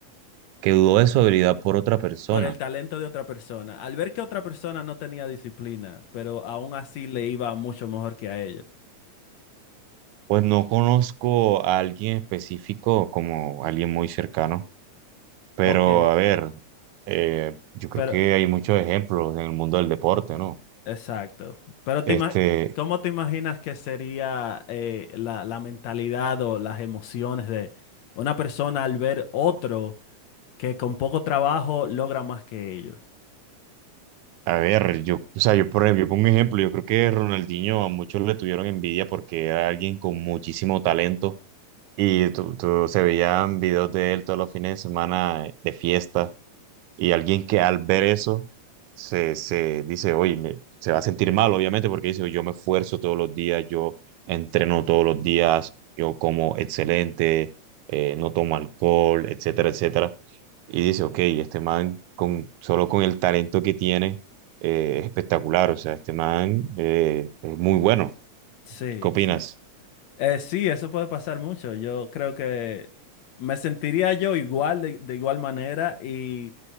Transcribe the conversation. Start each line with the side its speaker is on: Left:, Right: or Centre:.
Right: Que dudó de su habilidad por otra persona.
Left: por el talento de otra persona, al ver que otra persona no tenía disciplina, pero aún así le iba mucho mejor que a ella.
Right: Pues no conozco a alguien específico como alguien muy cercano, pero
Left: Ok,
Right: a ver, eh, yo creo
Left: pero
Right: que hay muchos ejemplos en el mundo del deporte, ¿no?
Left: exacto. Pero te
Right: Este,
Left: ima- ¿cómo te imaginas que sería eh, la, la mentalidad o las emociones de una persona al ver otro que con poco trabajo logra más que ellos?
Right: a ver, yo, o sea, yo por ejemplo, yo pongo un ejemplo, yo creo que Ronaldinho a muchos le tuvieron envidia porque era alguien con muchísimo talento y tú- tú- se veían videos de él todos los fines de semana de fiesta Y alguien que al ver eso se, se dice, oye, me- se va a sentir mal, obviamente, porque dice, yo me esfuerzo todos los días, yo entreno todos los días, yo como excelente, eh, no tomo alcohol, etcétera, etcétera. Y dice, ok, este man, con, solo con el talento que tiene, eh, es espectacular, o sea, este man eh, es muy bueno.
Left: Sí,
Right: ¿Qué opinas?
Left: sí. Eh, sí, eso puede pasar mucho. Yo creo que me sentiría yo igual, de, de igual manera, y